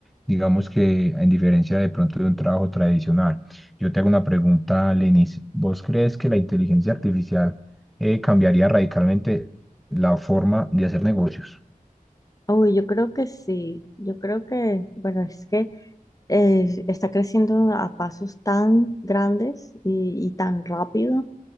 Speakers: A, in the centre; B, on the left (about 25°).
A: digamos que en diferencia de pronto de un trabajo tradicional. Yo te hago una pregunta Lenis. ¿Vos crees que la inteligencia artificial eh, cambiaría radicalmente la forma de hacer negocios?
B: Uy, yo creo que sí, yo creo que, bueno, es que eh, está creciendo a pasos tan grandes y, y tan rápido